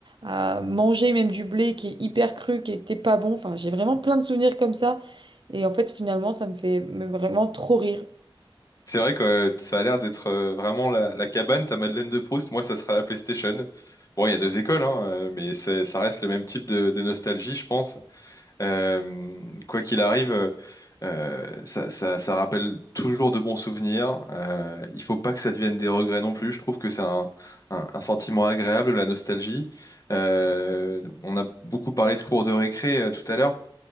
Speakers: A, on the right (about 60°); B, on the left (about 40°).
A: À, à manger même du blé qui est hyper cru, qui était pas bon. Enfin, j'ai vraiment plein de souvenirs comme ça. Et en fait, finalement, ça me fait me- vraiment trop rire.
B: C'est vrai que euh, ça a l'air d'être euh, vraiment la, la cabane, ta Madeleine de Proust. Moi, ça sera la PlayStation. Bon, il y a deux écoles, hein, euh, mais c'est- ça reste le même type de, de nostalgie, je pense. Euh, quoi qu'il arrive, euh, euh, ça, ça- ça rappelle toujours de bons souvenirs. Euh, il faut pas que ça devienne des regrets non plus. Je trouve que c'est un, un- un sentiment agréable, la nostalgie. Euh, on a beaucoup parlé de cours de récré euh, tout à l'heure.